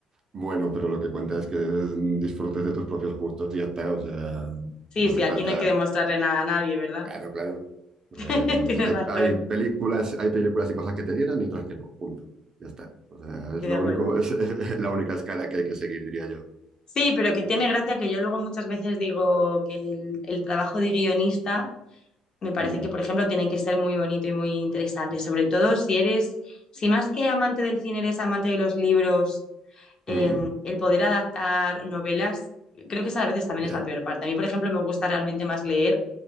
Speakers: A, on the right (about 35°); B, on the left (about 40°).
A: Bueno, pero lo que cuenta es que disfrutes de tus propios gustos y ya está. O sea,
B: Sí,
A: no
B: sí,
A: hace
B: aquí
A: falta.
B: no hay que demostrarle nada a nadie, ¿verdad?
A: Claro, claro. O
B: <laughs>
A: sea,
B: Tienes
A: hay,
B: razón,
A: hay películas, hay películas y cosas que te llenan y otras que no. Punto. Ya está. O sea,
B: estoy
A: es lo
B: de acuerdo.
A: único, es, <laughs> la única escala que hay que seguir, diría yo.
B: Sí, pero que tiene gracia que yo luego muchas veces digo que el el trabajo de guionista me parece
A: Mm,
B: que, por ejemplo, tienen que ser muy bonito y muy interesante, sobre todo si eres, si más que amante del cine eres amante de los libros, eh,
A: mm,
B: el poder adaptar novelas, creo que esa a veces también
A: ya.
B: es la peor parte. A mí, por ejemplo, me gusta realmente más leer